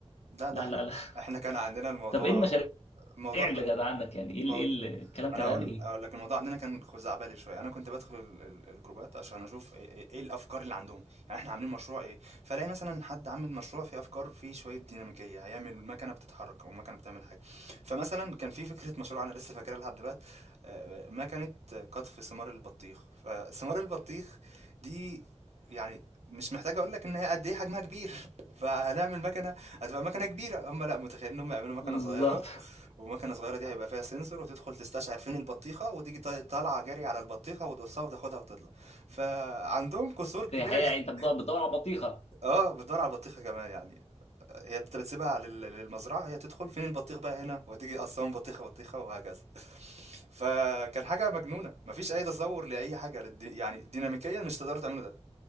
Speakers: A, on the right (about 80°); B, on the left (about 70°).
A: لا ده
B: لا
A: احنا
B: لا لا
A: احنا
B: <laughs>
A: كان عندنا الموضوع
B: طب ايه المشاريع
A: الموضوع
B: اللي
A: خ-
B: كانت عندك يعني ايه
A: مو-
B: ال- ايه ال- الكلام
A: ما
B: كان
A: انا هقول
B: عن ايه
A: هقول لك الموضوع عندنا كان خزعبلي شويه انا كنت بدخل ال- ال- الجروبات عشان اشوف ايه إيه- إيه الافكار اللي عندهم يعني احنا عاملين مشروع ايه فلاقي مثلا حد عامل مشروع فيه افكار فيه شويه ديناميكيه هيعمل مكنه بتتحرك او مكنه بتعمل حاجه فمثلا كان في فكره مشروع انا لسه فاكرها لحد دلوقتي آه، آه، مكنه قطف ثمار البطيخ فثمار البطيخ دي يعني مش محتاج اقول لك ان هي قد ايه حجمها كبير <laughs> فهنعمل مكنه هتبقى مكنه كبيره هم لا متخيلين ان هم يعملوا مكنه
B: بالظبط
A: صغيره
B: <laughs>
A: ومكنه صغيره دي هيبقى فيها سنسور وتدخل تستشعر فين البطيخه وتيجي طا- طالعه جري على البطيخه وتقصها وتاخدها وتطلع فعندهم قصور كبيره
B: دي حقيقه يعني انت
A: <laughs>
B: بتدور بتدور على بطيخه
A: اه بتدور على البطيخه كمان يعني هي انت بتسيبها لل- للمزرعه هي تدخل فين البطيخ بقى هنا وتيجي قصهم بطيخه بطيخه وهكذا <laughs> فكان حاجه مجنونه مفيش اي تصور لاي حاجه للدي- يعني ديناميكيا مش تقدروا تعملوا ده